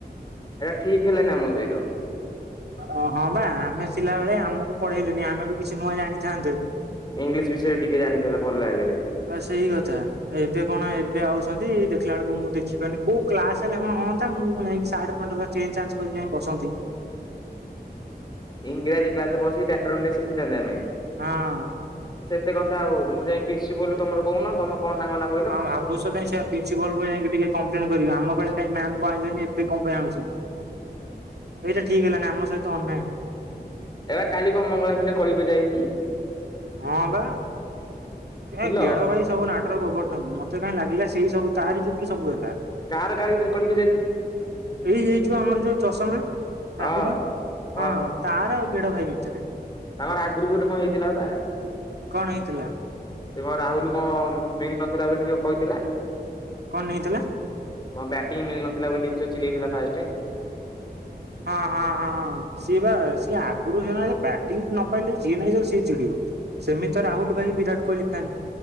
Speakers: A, on the left; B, on the right.
A: <unintelligible> ଠିକ୍ ହେଲାନି ଆମ ସହିତ।
B: ଅ ହଁ ବା ଆମେ ସିଲାବେଳେ ଆମକୁ ପଢେଇଲେନି ଆମେ ବି କିଛି ନୂଆ ଜାଣିଥାନ୍ତେ।
A: ଇଂଲିଶ୍ ବିଷୟରେ ଟିକେ ଜାଣି <unintelligible> ଭଲ୍ ଲାଗେ ରେ।
B: ହଁ ସେଇ କଥା। ଏବେ କଣ ଏବେ ଆଉସନ୍ତି ଦେଖିଲା ଆଳକୁ ମୁଁ ଦେଖି <unintelligible> କୋଉ କ୍ଲାସ୍ ହେଲେ ହଁ ହନ୍ତା ମୁଁ ଯାଇଁକି ସାଟ <unintelligible> ଚେଞ୍ଜ୍ ଚାଞ୍ଜ୍ କରି ଯାଇଁ ବସନ୍ତି।
A: ଇଂରାଜୀ କ୍ଲାସ୍ ରେ ବସିକି ବ୍ୟାକରଣ ଟିକେ ଶିଖିଥାନ୍ତେ ଆମେ <unintelligible>
B: ହଁ।
A: ସେତେ କଥା ଆଉ ମୁଁ ଯାଇଁ ପ୍ରିନ୍ସିପୁଲ୍ ତମର କହୁନ ତମ କଣ ତାଙ୍କ ନା
B: ହଁ ଭାବୁସ କାଇଁ <unintelligible> ପ୍ରିନ୍ସିପାଲକୁ ଯାଇଁକ ଟିକେ କମ୍ପ୍ଲେନ୍ କରିବା ଆମେ ବେଳେ କାଇଁ ମ୍ୟାମ୍ କୁ ଆଇଁଲେନି ଏବେ କଁ ପାଇଁ ଆଣୁଛନ୍ତି। ଏଇଟା ଠିକ୍ ହେଲାନି ଆମ ସହିତ ଅନ୍ୟାୟ।
A: ଏ ବା କାଲି କଁ ମଙ୍ଗଳା ପିଲେ କଳିକଜିଆ ହେଇଚି?
B: ହଁ ବା। ଏ ଭାଇ
A: ପିଲ
B: ଗେଡ ଭାଇ ସବୁ ନାଟର ଗୋବର୍ଦ୍ଧନ ମତେ କାଇଁ ଲାଗିଲା ସେଇ ସବୁ ତାରି ଯୁଗୁରୁ ସବୁ ହେଲା।
A: କାହାର <unintelligible> ଭିତରେ କଳିି?
B: ଏଇ ଏଇ ଛୁଆ ଆମର ଯୋଉ ଚଷମା ରାହୁଲୁ
A: ଅ
B: ହଁ।
A: ଓହୋ
B: ତାର ଆଉ ଗେଡ଼ ଭାଇ ଭିତରେ।
A: ତାଙ୍କର ଆଗରୁ ବି ଗୋଟେ କଁ ହେଇଥିଲା ବା?
B: କଣ ହେଇଥିଲା?
A: ସେ କଁ ରାହୁଲୁ କଁ ମିଳିନଥିଲା ବୋଲି <unintelligible> କହିଥିଲା।
B: କଁ ନେଇଥିଲା?
A: କଁ ବ୍ୟାଟିଂ ମିଳିନଥିଲା ବୋଲି ଯୋଉ ଚିଲେଇଥିଲା ଫାଷ୍ଟେ।
B: ହଁ-ହଁ-ହଁ ସିଏ ବା ସିଏ ଆଗୁରୁ <unintelligible> ବ୍ୟାଟିଂ ନ ପାଇଲେ ଯିଏ ନାଇଁ <unintelligible> ସିଏ ଚିଡିବ। ସେମିତି ତ ରାହୁଲ୍ ଭାଇ ବିରାଟ କୋହଲି ଫ୍ୟାନ୍